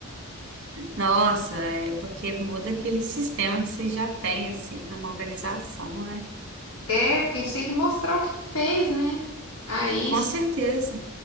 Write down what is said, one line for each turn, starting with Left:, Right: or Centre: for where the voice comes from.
Right: Nossa, é porque muda aquele sistema que você já tem, assim, numa organização, né?
Left: É, porque a gente tem que mostrar o que fez, né? Aí
Right: Com certeza.